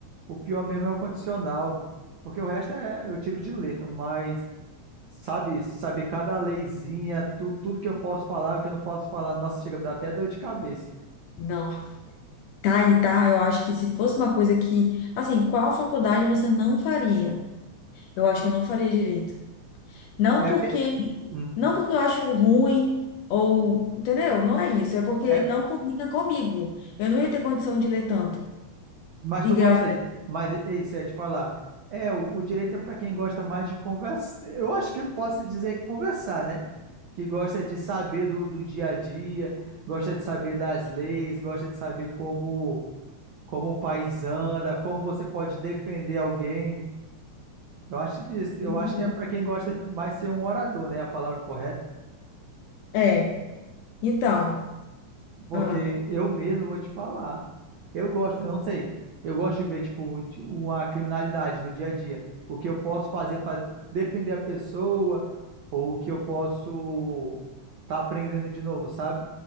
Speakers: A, on the right; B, on the left.
A: o pior mesmo é o condicional. Porque o resto é, eu tiro de letra, mas Sabe, sabe cada leizinha, tu, tudo que eu posso falar, o que eu não posso falar. Nossa, chega a me dar até dor de cabeça.
B: Não. Tá e tá, eu acho que se fosse uma coisa que, assim, qual faculdade você não faria? Eu acho que eu não faria direito. Não
A: É
B: porque,
A: porque, hum,
B: não porque eu acho ruim ou, entendeu? Não é isso, é porque
A: é,
B: não combina comigo. Eu não ia ter condição de ler tanto
A: mas
B: e
A: tu
B: gravar.
A: gosta de, mas é isso, eu ia te falar. É, o, o direito é para quem gosta mais de conversar. Eu acho que eu posso dizer que conversar, né? Que gosta de saber do, do dia a dia, gosta de saber das leis, gosta de saber como como o país anda, como você pode defender alguém. Eu acho disso. Eu
B: Uhum.
A: acho que é para quem gosta de mais ser um orador, né? A palavra correta.
B: É. Então,
A: Porque
B: ah,
A: eu mesmo vou te falar. Eu gosto, eu não sei. Eu gosto de ver, tipo, um- uma criminalidade no dia a dia. O que eu posso fazer para defender a pessoa, ou o que eu posso estar aprendendo de novo, sabe?